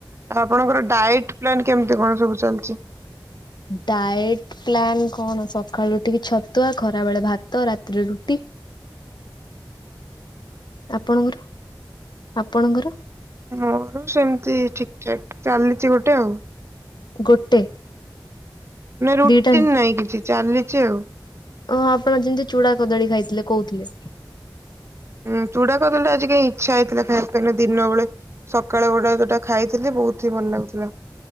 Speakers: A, on the right (about 35°); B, on the left (about 65°).
A: ଆଉ ଆପଣଙ୍କର ଡାଏଟ୍ ପ୍ଲାନ କେମିତି କଣ ସବୁ ଚାଲିଛି?
B: ଡାଏଟ୍- ପ୍ଲାନ୍ କଣ? ସକାଳୁ ଟିକେ ଛତୁଆ, ଖରା ବେଳେ ଭାତ, ରାତିରେ ରୁଟି। ଆପଣଙ୍କର ଆପଣଙ୍କର?
A: ମୋର ସେମିତି ଠିକ ଠାକ ଚାଲିଛି ଗୋଟେ ଆଉ।
B: ଗୋଟେ।
A: ରୁଟିନ
B: ଦିଟା
A: ନାଇଁ କିଛି ଚାଲିଛି ଆଉ।
B: ଓ ଆପଣ ଯେମିତି ଚୁଡ଼ା କଦଳୀ ଖାଇଥିଲେ କହୁଥିଲେ।
A: ହୁ ଚୂଡା କଦଳୀ ଆଜି କାଇଁ ଇଚ୍ଛା ହେଇଥିଲା ଖାଇବା ନା ଦିନେଳେ। ସକାଳେ ଗୋଟେ ଯୋଉଟା ଖାଇଥିଲି ବହୁତ ହିଁ ଭଲ ଲାଗୁଥିଲା।